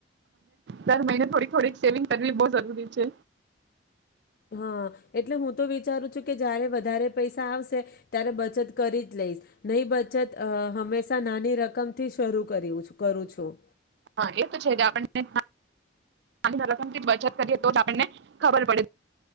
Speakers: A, on the right; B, on the left.
A: દર મહિને થોડીક થોડીક સેવિંગ કરવી બો જરૂરી છે
B: હા એટલે હું તો વિચારું છું કે જારે વધારે પૈસા આવસે ત્યારે બચત કરી જ લઈશ નહી બચત હંમેશા નાની રકમથી શરૂ કરયુ કરું છું.
A: હા એ તો છે જ આપણ ને અને રકમ ની બચત કરયે તો જ આપણને ખબર પડે.